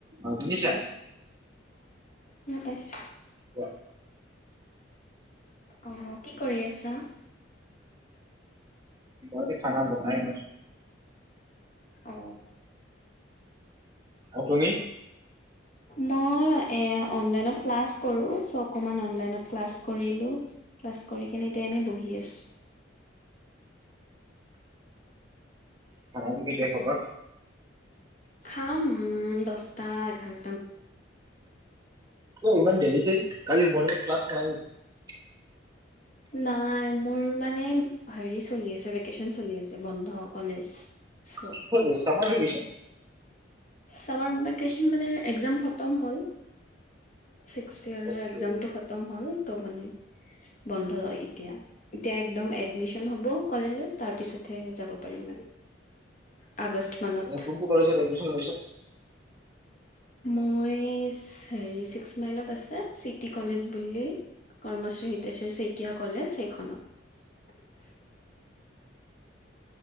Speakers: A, on the right (about 20°); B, on the left (about 40°).
A: অ শুনিচা?
B: উম পাইছোঁ।
A: বা।
B: অঁ, কি কৰি আছা?
A: মই এতিয়া খানা বনাই আছোঁ।
B: অ
A: অ তুমি?
B: মই এ অনলাইনত ক্লাছ কৰো চ অকমান অনলাইনত ক্লাছ কৰিলো। ক্লাছ কৰি কেনে এতিয়া এনেই বহি আছো।
A: খানাটো কেতিয়া খাবা?
B: খাম দছটা এঘাৰ
A: কিয় ইমান দেৰিকে কালি মৰ্নিং ক্লাছ নাই নেকি?
B: নাই মোৰ মানে হেৰি চলি আছে ভেকেচন চলি আছে বন্ধ কলেজ। চ।
A: কি হ'ল চামাৰ ভেকেচন।
B: চামাৰ ভেকচন মানে একজাম খতম হ'ল। ছিক্স ইয়াৰৰ
A: অ'কে,
B: এক্সমটো খতম হল ত মানে। বন্ধ এতিয়া এতিয়া একদম এডমিচন হব কলেজত তাৰ পিছতহে যাব পাৰিম। <inaudible> মানত।
A: কোনটো কলেজত এডমিচন লৈছা?
B: মই হেৰি ছিক্স মাইলত আছে চিটি কলেজ বুলি ক শ্ৰী হিতেশ্বৰ শইকীয়া কলেজ সেইখনত